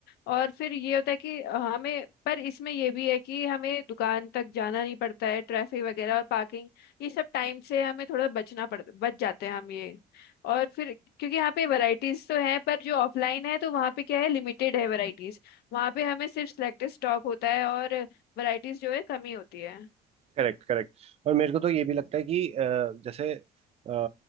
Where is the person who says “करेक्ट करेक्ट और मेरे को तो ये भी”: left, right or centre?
Right